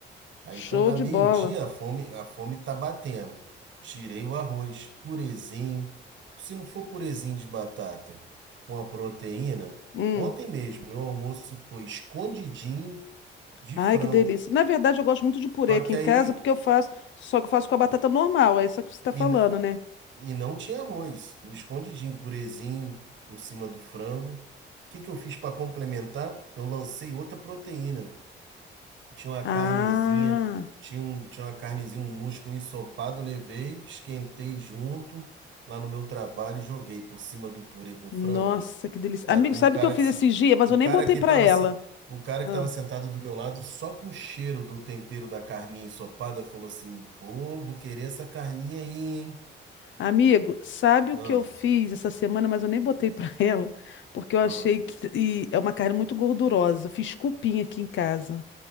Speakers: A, on the right (about 70°); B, on the left (about 70°).
A: Aí
B: Show
A: quando dá
B: de
A: meio-dia,
B: bola.
A: a fome, a fome tá batendo. Tirei o arroz, purezinho. Se não for purezinho de batata com a proteína,
B: Hum.
A: ontem mesmo meu almoço foi escondidinho de
B: Ai,
A: frango.
B: que delícia. Na verdade, eu gosto muito de purê
A: Só
B: aqui
A: que
B: em
A: aí
B: casa, porque eu faço, só que eu faço com a batata normal, é isso que você está
A: e,
B: falando,
A: n-
B: né?
A: e não tinha arroz, o escondidinho, purezinho por cima do frango. O que que eu fiz para complementar? Eu lancei outra proteína. Tinha uma
B: Ah,
A: carnezinha, tinha, um, tinha uma carnezinha, um músculo ensopado, levei, esquentei junto lá no meu trabalho e joguei por cima do purê com
B: nossa,
A: frango.
B: que delícia.
A: A-
B: Amigo,
A: o
B: sabe
A: cara
B: o que eu fiz
A: que, se-
B: esses dias? Mas
A: o
B: eu nem
A: cara
B: botei
A: que
B: pra
A: tava,
B: ela.
A: se- o cara que
B: Ah.
A: tava sentado do meu lado, só com o cheiro do tempero da carninha ensopada, falou assim: Pô, vou querer essa carninha aí, hein?
B: Amigo, sabe o
A: Ah,
B: que eu fiz essa semana, mas eu nem botei pra <laughs> ela, porque eu
A: ah,
B: achei que e é uma carne muito gordurosa. Fiz cupim aqui em casa.